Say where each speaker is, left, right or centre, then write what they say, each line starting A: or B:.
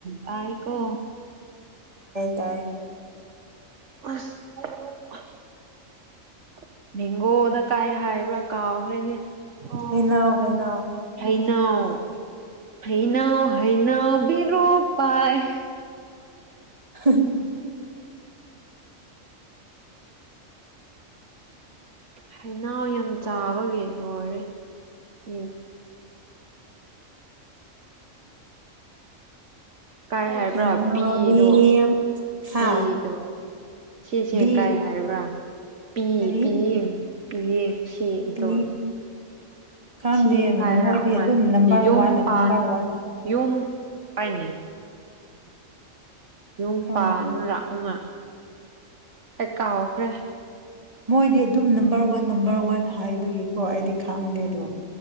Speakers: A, on the right; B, on the right.
A: ꯇꯥꯏ ꯀꯣ
B: <unintelligible> ꯇꯥꯏ
A: ꯑꯁ <unintelligible> ꯃꯦꯡꯒꯣꯗ ꯀꯥꯏ ꯍꯥꯏꯕ꯭ꯔꯥ ꯀꯥꯎꯈ꯭ꯔꯦꯅꯦ ꯑꯣ
B: ꯍꯩꯅꯧ ꯍꯩꯅꯧ
A: ꯍꯩ ꯅꯧ ꯍꯩꯅꯧ ꯍꯩꯅꯧ ꯕꯤꯔꯨ ꯄꯥꯏ <inaudible>
B: ꯍ ꯍ
A: ꯍꯩꯅꯧꯌꯥꯝ ꯆꯥꯕꯒꯤ ꯂꯣꯏꯔꯦ ꯎꯝ ꯀꯥꯏ ꯍꯥꯏꯕ꯭ꯔꯥ
B: ꯍꯩꯅꯧꯗꯤ
A: ꯄꯤꯗꯣ
B: ꯍꯥ
A: ꯄꯤꯗꯣ ꯁꯤꯁꯦ
B: ꯕꯤ
A: ꯀꯥꯏ ꯍꯥꯏꯕ꯭ꯔꯥ ꯄꯤ
B: ꯀꯔꯤ
A: ꯄꯤꯌꯤꯡ ꯄꯤꯌꯤꯡ ꯁꯤꯗꯣꯠ
B: ꯄꯤ ꯈꯪꯗꯦ
A: ꯊꯤ ꯐꯥꯏꯔꯥꯛꯃ
B: ꯃꯣꯏꯗꯤ ꯑꯗꯨꯝ ꯅꯝꯕꯔ
A: ꯌꯨꯝ
B: ꯋꯥꯟ
A: ꯄꯥꯟ
B: ꯅꯝꯕꯔ ꯋꯥꯟ
A: ꯌꯨꯝ ꯄꯥꯏꯅꯦ ꯌꯨꯝ
B: ꯈꯪꯗꯦ
A: ꯄꯥꯟ ꯂꯥꯛꯅꯉꯥꯏ ꯑꯩ ꯀꯥꯎꯈ꯭ꯔꯦ
B: ꯃꯣꯏꯗꯤ ꯗꯨꯝ ꯅꯝꯕꯔ ꯋꯥꯟ ꯅꯝꯕꯔ ꯋꯥꯟ ꯍꯥꯏꯕꯒꯤꯀꯣ ꯑꯩꯗꯤ ꯈꯥꯡꯗꯦꯗꯣ